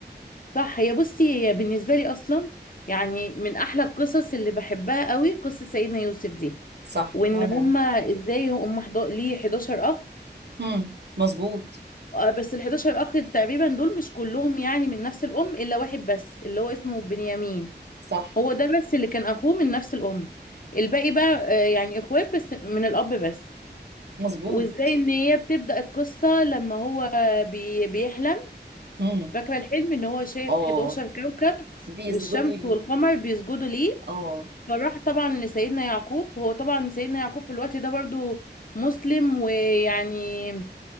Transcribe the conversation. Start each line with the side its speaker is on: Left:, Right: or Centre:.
Left: صح هي بصي هي بالنسبة لي أصلا يعني من أحلى القصص اللي بحبها قوي قصة سيدنا يوسف دي
Right: صح
Left: وإن
Right: وانا
Left: هما إزاي هما حدا- ليه 11 أخ
Right: هم مظبوط
Left: آه، بس ال 11 اخ تقريبا دول مش كلهم يعني من نفس الام الا واحد بس اللي هو اسمه بنيامين
Right: صح
Left: هو ده بس اللي كان اخوه من نفس الام الباقي بقى آه، يعني اخوات بس من الاب بس
Right: مظبوط
Left: وازاي ان هي بتبدأ القصة لما هو بي بيحلم
Right: هم
Left: فاكرة الحلم ان هو شايف
Right: اه
Left: 11 كوكب
Right: بيسجدوا
Left: والشمس
Right: لي
Left: والقمر بيسجدوا ليه
Right: اه
Left: فراح طبعا لسيدنا يعقوب هو طبعا سيدنا يعقوب في الوقت ده برضو مسلم ويعني